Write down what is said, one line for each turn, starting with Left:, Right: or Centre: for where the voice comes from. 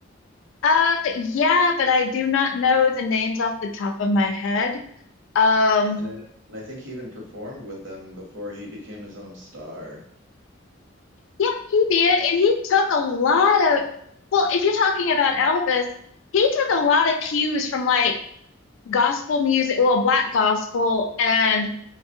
Left: Uh, yeah, but I do not know the names off the top of my head. Um,
Right: And I, and I think he even performed with them before he became his own star.
Left: yeah, he did, and he took a lot of, well, if you're talking about Elvis, he took a lot of cues from like gospel music, well, black gospel and